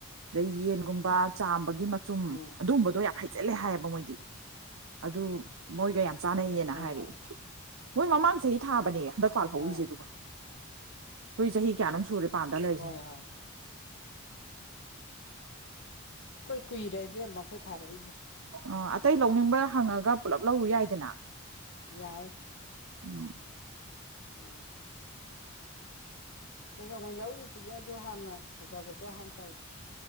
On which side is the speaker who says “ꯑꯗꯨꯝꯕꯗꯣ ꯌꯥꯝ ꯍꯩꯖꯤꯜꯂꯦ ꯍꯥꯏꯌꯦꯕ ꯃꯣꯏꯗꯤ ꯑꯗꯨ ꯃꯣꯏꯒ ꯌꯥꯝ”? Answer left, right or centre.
Right